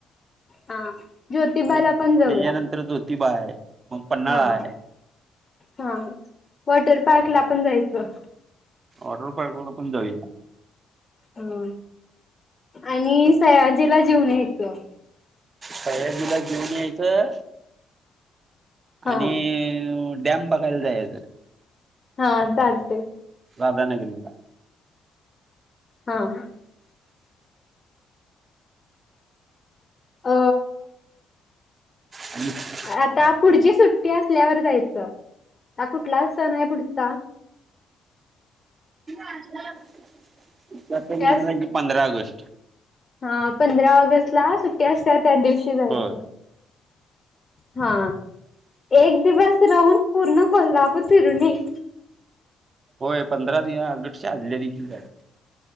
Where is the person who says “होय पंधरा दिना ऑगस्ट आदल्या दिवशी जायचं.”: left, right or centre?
Right